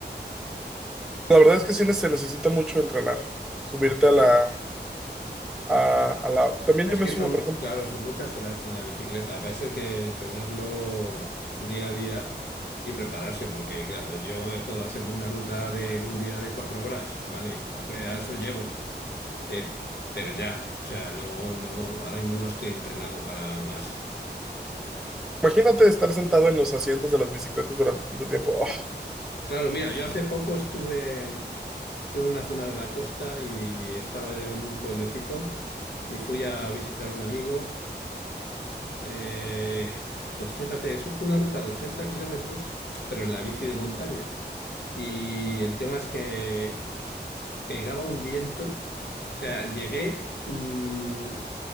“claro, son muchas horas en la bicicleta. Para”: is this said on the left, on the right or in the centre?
Left